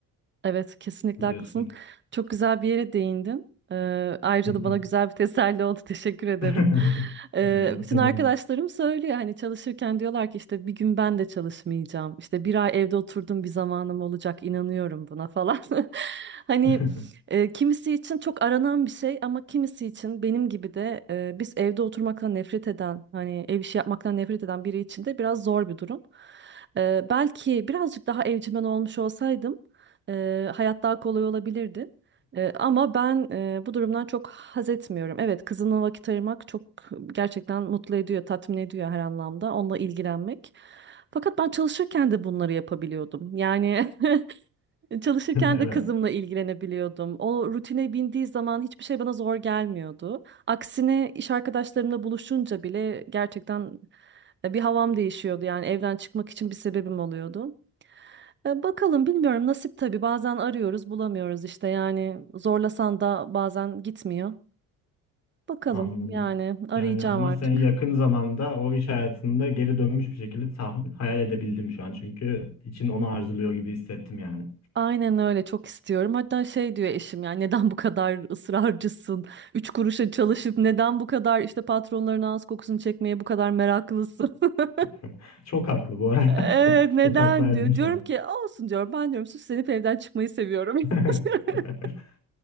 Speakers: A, on the right; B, on the left.
A: Evet, kesinlikle
B: biliyorsun.
A: haklısın. Çok güzel bir yere değindin. Ee, ayrıca
B: Hı hı.
A: da bana güzel bir teselli oldu. <laughs> Teşekkür ederim.
B: <laughs>
A: Ee, bütün
B: Ne
A: arkadaşlarım
B: demek?
A: söylüyor hani çalışırken diyorlar ki işte bir gün ben de çalışmayacağım. İşte bir ay evde oturdum bir zamanım olacak. inanıyorum buna falan. <laughs> Hani
B: <laughs>
A: e, kimisi için çok aranan bir şey ama kimisi için benim gibi de e, biz evde oturmaktan nefret eden hani ev işi yapmaktan nefret eden biri için de biraz zor bir durum. Ee, belki birazcık daha evcimen olmuş olsaydım. Eee, hayat daha kolay olabilirdi. Eee, ama ben eee, bu durumdan çok haz etmiyorum. Evet, kızımla vakit ayırmak çok gerçekten mutlu ediyor, tatmin ediyor her anlamda. Onunla ilgilenmek. Fakat ben çalışırken de bunları yapabiliyordum. Yani <laughs> çalışırken
B: Evet,
A: de kızımla ilgilenebiliyordum. O rutine bindiği zaman hiçbir şey bana zor gelmiyordu. Aksine iş arkadaşlarımla buluşunca bile gerçekten bir havam değişiyordu. Yani evden çıkmak için bir sebebim oluyordu. E, Bakalım bilmiyorum nasip tabii bazen arıyoruz bulamıyoruz işte yani zorlasan da bazen gitmiyor. Bakalım
B: anladım.
A: yani arayacağım
B: Yani ama
A: artık.
B: seni yakın zamanda o iş hayatında geri dönmüş bir şekilde tahmin, hayal edebildim şu an. Çünkü için onu arzuluyor gibi hissettim yani.
A: Aynen öyle çok istiyorum. Hatta şey diyor eşim yani neden bu kadar ısrarcısın? Üç kuruşa çalışıp neden bu kadar işte patronların ağız kokusunu çekmeye bu kadar meraklısın? <laughs>
B: <laughs> Çok haklı bu arada.
A: Evet
B: <laughs>
A: neden
B: Çok hak verdim
A: diyor.
B: şu
A: Diyorum
B: an.
A: ki olsun diyorum ben diyorum süslenip evden çıkmayı seviyorum.
B: <laughs>
A: <laughs>